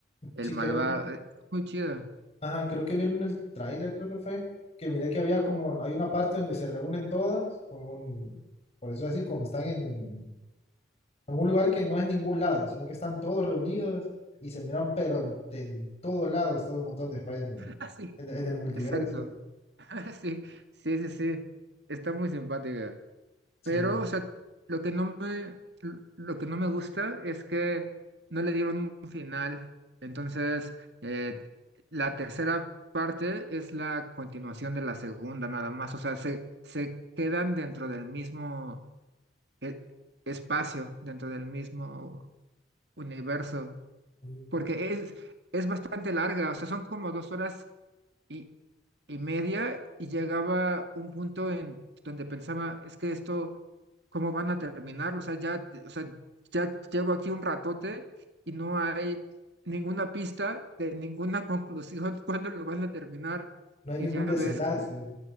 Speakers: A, on the right (about 70°); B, on the left (about 35°).
A: el
B: Sí,
A: malvado.
B: creo que
A: eh, Muy chido.
B: Ajá, creo que vieron en el tráiler, creo que fue, que miré que había como, hay una parte donde se reúnen todas, con, por eso así, como están en, en un lugar que no es ningún lado, sino que están todos reunidos y se miran, pero en, en todos lados, todo un montón de Spider-Man,
A: Ah, sí,
B: en, en el multiverso.
A: exacto. <laughs> Sí, sí, sí, sí. Está muy simpática.
B: Sí,
A: Pero, o sea, lo que no me, lo que no me gusta es que no le dieron un final. Entonces, eh, la tercera parte es la continuación de la segunda, nada más. O sea, se, se quedan dentro del mismo eh, espacio, dentro del mismo universo.
B: mm,
A: Porque es, es bastante larga. O sea, son como dos horas y, y media y llegaba un punto en donde pensaba, es que esto, ¿cómo van a terminar? O sea, ya, de- o sea, ya llevo aquí un ratote y no hay ninguna pista de ninguna conclusión <laughs> cuándo lo van a terminar.
B: no hay
A: Y
B: ningún
A: ya
B: desenlace.
A: ves, que-